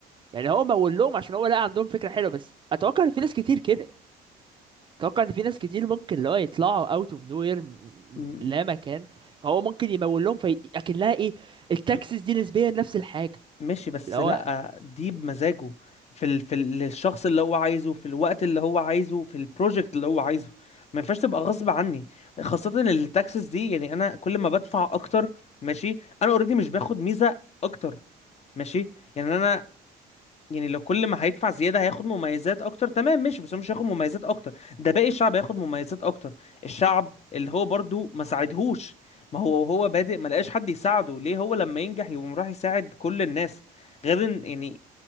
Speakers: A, on the right; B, on the left.
A: يعني هو مول لهم عشان هو لقى عندهم فكره حلوه بس اتوقع ان في ناس كتير كده اتوقع ان في ناس كتير ممكن اللي هو يطلعوا اوت اوف نوير من
B: م-
A: لا مكان هو ممكن يمول لهم في اكنها ايه التاكسس
B: م-
A: دي نسبيا نفس الحاجه
B: ماشي بس
A: اللي هو
B: لا دي بمزاجه في ال... في ال- للشخص اللي هو عايزه في الوقت اللي هو عايزه في البروجكت اللي هو عايزه ما ينفعش تبقى غصب عني خاصة إن التاكسس دي يعني انا كل ما بدفع اكتر ماشي انا اوريدي مش باخد ميزة اكتر ماشي يعني انا يعني لو كل ما هيدفع زياده هياخد مميزات اكتر تمام ماشي بس هو مش هياخد مميزات اكتر ده باقي الشعب هياخد مميزات اكتر الشعب اللي هو برضو ما ساعدهوش ما هو هو بادئ ما لقاش حد يساعده ليه هو لما ينجح يقوم راح يساعد كل الناس غير ان يعني